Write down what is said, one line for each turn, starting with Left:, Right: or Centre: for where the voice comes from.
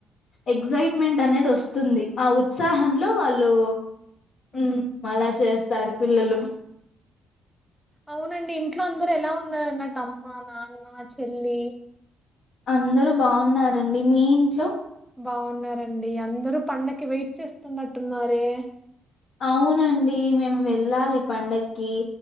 Left: ఎగ్జైట్మెంట్ అనేది వస్తుంది ఆ ఉత్సాహంలో వాళ్ళు హ్మ్
Centre: ఉహూ
Left: అలా చేస్తారు పిల్లలు
Centre: అవునండి ఇంట్లో అందరూ ఎలా ఉన్నారు అన్నట్టు అమ్మ నాన్న చెల్లి
Left: అందరూ బావున్నారండి మీ ఇంట్లో
Centre: బావున్నారండి, అందరూ పండక్కి వెయిట్ చేస్తున్నట్టున్నారే?
Left: అవునండి, మేము వెళ్ళాలి పండక్కి.